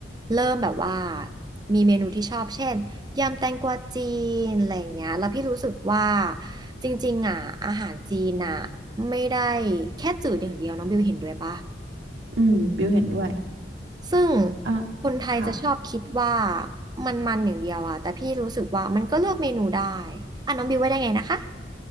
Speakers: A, on the right; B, on the right.
A: เริ่มแบบว่ามีเมนูที่ชอบเช่นยำแตงกวาจีนอะไรอย่างเงี้ยแล้วพี่รู้สึกว่าจริงๆอ่ะอาหารจีนอ่ะไม่ได้แค่จืดอย่างเดียวน้องบิวเห็นด้วยปะ
B: อืมบิวเห็นด้วย
A: ซึ่ง
B: อ่า
A: คนไทยจะชอบคิดว่า
B: ค่ะ
A: มันมันอย่างเดียวอะแต่พี่รู้สึกว่ามันก็เลือกเมนูได้อ่ะน้องบิวว่าได้ไงนะคะ